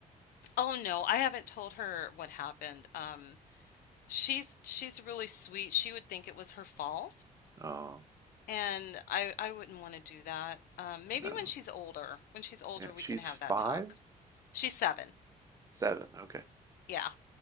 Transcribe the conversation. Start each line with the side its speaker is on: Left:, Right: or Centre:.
Left: Oh no, I haven't told her what happened. Um, she's she's really sweet. She would think it was her fault,
Right: Oh,
Left: And I I wouldn't wanna do that. Um, maybe
Right: no.
Left: when she's older. When she's older,
Right: Yeah,
Left: we
Right: she's
Left: can have
Right: five?
Left: that talk. She's 7.
Right: Seven. Okay.
Left: Yeah.